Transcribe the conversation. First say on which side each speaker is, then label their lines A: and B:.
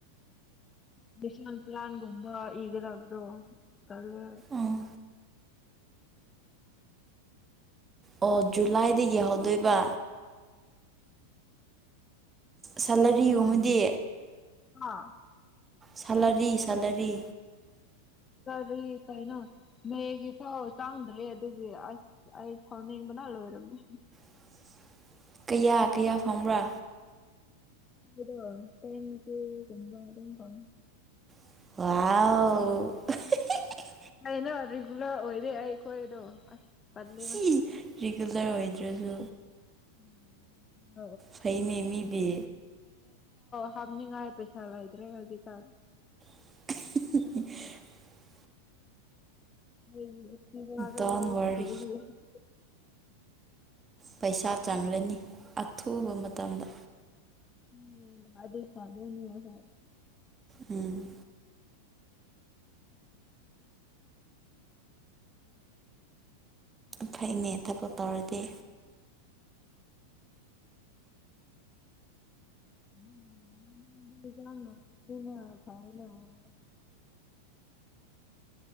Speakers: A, on the left; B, on the right.
A: ꯕꯤꯁꯃꯟ ꯄ꯭ꯂꯥꯟꯒꯨꯝꯕ ꯏꯒ ꯂꯕꯣ ꯀꯂꯦ
B: ꯎꯝ ꯑꯣ ꯖꯨꯂꯥꯏꯗꯒꯤ ꯌꯥꯍꯧꯗꯣꯏꯕ ꯁꯦꯂꯔꯤꯒꯨꯝꯕꯗꯤ
A: ꯁ ꯑꯣꯏꯔ ꯑ
B: ꯁꯥꯂꯔꯤ ꯁꯥꯂꯔꯤ
A: ꯗꯤ ꯀꯩꯅꯣ ꯃꯦꯒꯤ ꯐꯥꯎ ꯆꯥꯡꯗ꯭ꯔꯦ ꯑꯗꯨꯗꯤ ꯑꯁ ꯑꯩ ꯁꯥꯎꯅꯤꯡꯕꯅ ꯑꯣꯏꯔꯝꯕ
B: <inaudible> ꯀꯌꯥ ꯀꯌꯥ ꯐꯪꯕ꯭ꯔꯥ
A: ꯑꯗꯨꯗ ꯇꯥꯏꯝꯛꯇ ꯀꯨꯝꯝꯕ ꯑꯗꯨꯝ ꯄꯉ
B: ꯋꯥꯥꯎ
A: ꯑꯩꯅ ꯔꯤꯒꯨꯂꯔ ꯑꯣꯏꯔꯦ ꯑꯩ ꯑꯩꯈꯣꯏꯗꯣ ꯑꯁ ꯇꯜꯂꯤꯕ
B: ꯁꯤꯁ ꯔꯤꯒꯨꯂꯔ ꯑꯣꯏꯗ꯭ꯔꯁꯨ
A: <unintelligible>
B: ꯐꯩꯅꯦ ꯃꯤꯗꯤ
A: ꯊꯝꯅꯤꯡꯉꯥꯏ ꯄꯩꯁꯥ ꯂꯏꯗ꯭ꯔꯦ ꯍꯧꯖꯤꯛꯀꯥꯟ
B: <inaudible>
A: <unintelligible>
B: ꯗꯥꯎꯟ ꯋꯥꯔꯤ ꯄꯩꯁꯥ ꯆꯪꯂꯅꯤ ꯑꯊꯨꯕ ꯃꯇꯝꯗ
A: ꯎꯝ ꯑꯗꯨꯏ <unintelligible>
B: ꯎꯝ ꯐꯩꯅꯦ ꯊꯕꯛ ꯇꯧꯔꯗꯤ
A: <unintelligible>